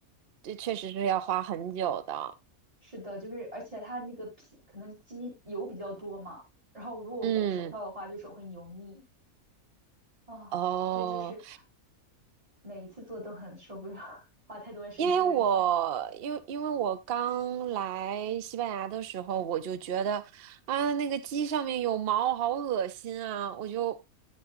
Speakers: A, on the right (about 50°); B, on the right (about 25°).
A: 这确实是要花很久的。
B: 是的，就是而且它那个皮可能鸡油比较多嘛，然后如果我不戴手套的话，
A: 嗯，
B: 就手很油腻啊，
A: 哦。
B: 所以就是每一次做都很受不了，<laughs> 花太多时间，
A: 因为我因为因为我刚来西班牙的时候，
B: 而且
A: 我就觉得啊，那个鸡上面有毛，好恶心啊！我就